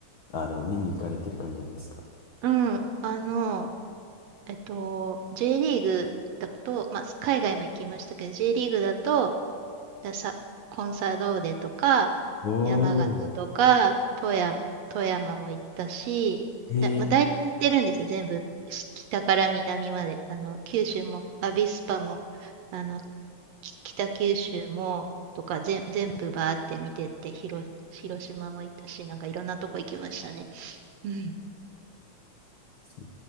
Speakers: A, on the left; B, on the right.
A: あの、見に行かれてる感じなんですか
B: うん。あの、えっと、J リーグだと、まあ、海外も行きましたけど、J リーグだと、ださ、コンサドーレとか、
A: おおー。
B: 山形とか、富山、富山も行ったし、
A: ええ
B: だ、まあ、大体行ってるんですよ、全部。し北から南まで。あの、九州も、アビスパも、あの、き北九州も、とか、ぜん、全部バーって見てって、広、広島も行ったし、なんかいろんなとこ行きましたね。うん。
A: そう